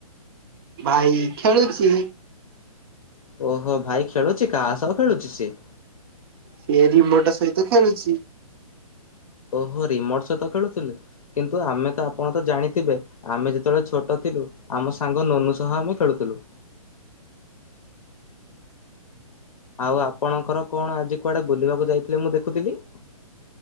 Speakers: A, on the right (about 40°); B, on the left (about 65°).
A: ଭାଇ ଖେଳୁଛି।
B: ଓହୋ ଭାଇ ଖେଳୁଚି କାହା ସହ ଖେଳୁଚି ସିଏ?
A: ସିଏ ରିମୋଟ ସହିତ ଖେଳୁଚି।
B: ଓହୋ ରିମୋଟ ସହିତ ଖେଳୁଥିଲେ କିନ୍ତୁ ଆମେ ତ ଆପଣ ତ ଜାଣିଥିବେ ଆମେ ଯେତେବେଳେ ଛୋଟଥିଲୁ ଆମ ସାଙ୍ଗ ନୁନୁ ସହ ଆମେ ଖେଳୁଥିଲୁ। ଆଉ ଆପଣଙ୍କର କଣ ଆଜି କୁଆଡେ ବୁଲିବାକୁ ଯାଇଥିଲେ ମୁଁ ଦେଖୁଥିଲି।